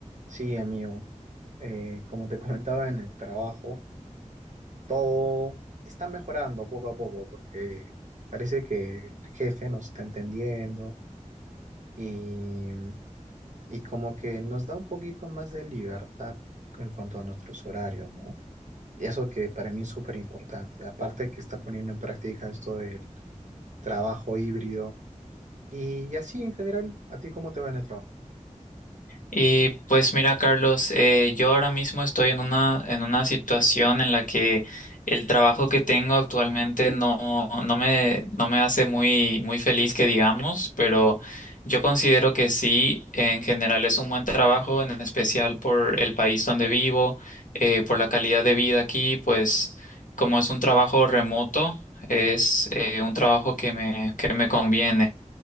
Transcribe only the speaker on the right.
Sí, amigo. Eh, como te comentaba en el trabajo, todo está mejorando poco a poco porque parece que el jefe nos está entendiendo y, y como que nos da un poquito más de libertad en cuanto a nuestros horarios, ¿no? Y eso que para mí es súper importante. Aparte que está poniendo en práctica esto del trabajo híbrido y, y así en general, ¿a ti cómo te va en el trabajo?